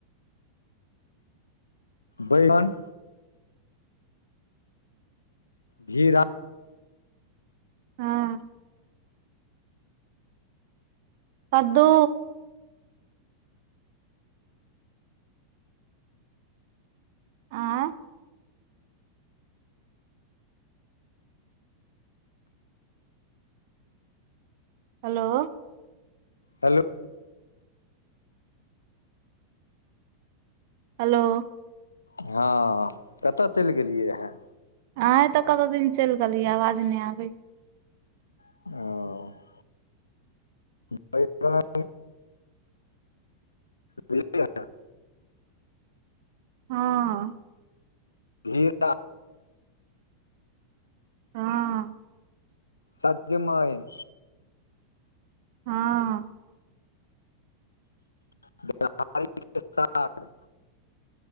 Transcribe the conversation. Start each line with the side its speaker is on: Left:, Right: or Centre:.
Left: बैगन घिरा
Right: हाँ कद्दू आँय हेलो
Left: हेलो
Right: हेलो
Left: हँ कतऽ चलि गेलियै रहए
Right: आहें तऽ कतौ दिन चल गेलियै आवाज नय आबै
Left: औ <unintelligible> बुझल
Right: हाँ
Left: घिरा
Right: हँ
Left: सज्जमइन
Right: हाँ
Left: <unintelligible>